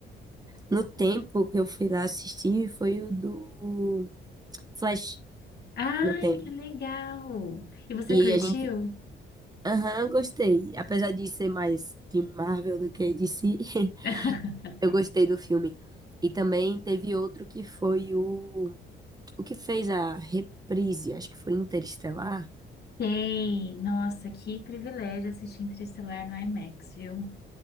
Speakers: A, on the right (about 20°); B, on the left (about 55°).
A: No tempo que eu fui lá assistir foi o do Flash,
B: Ai,
A: no tempo.
B: que legal! E você
A: E
B: curtiu?
A: a gente, aham, gostei. Apesar de ser mais de Marvel do que de DC, <laughs>
B: <laughs>
A: eu gostei do filme. E também teve outro que foi o o que fez a reprise, acho que foi Interestelar.
B: Sei! Nossa, que privilégio assistir Interestelar no IMAX, viu?